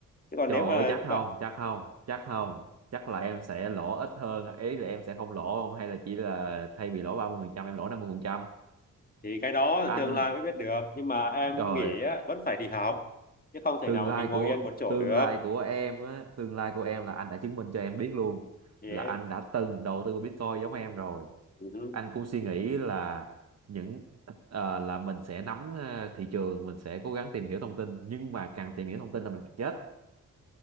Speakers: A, on the left; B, on the right.
A: chứ còn
B: trời
A: nếu
B: ơi
A: mà
B: chắc không
A: bảo-
B: chắc không chắc không chắc là em sẽ lỗ ít hơn ý là em sẽ không lỗ không hay là chỉ là thay vì lỗ 30%, em lỗ 50%.
A: thì cái đó
B: anh
A: tương lai mới biết được nhưng mà em
B: rồi
A: nghĩ á, vẫn phải đi học chứ không thể
B: tương
A: nào mà
B: lai
A: mình ngồi
B: của
A: yên một chỗ
B: tương
A: được
B: lai của em á tương lai của em là anh đã chứng minh cho em biết luôn
A: yeah.
B: là anh đã từng đầu tư vào Bitcoin giống em rồi
A: uh
B: anh cũng suy nghĩ là những ờ, là mình sẽ nắm ờ, thị trường mình sẽ cố gắng tìm hiểu thông tin nhưng mà càng tìm hiểu thông tin là mình càng chết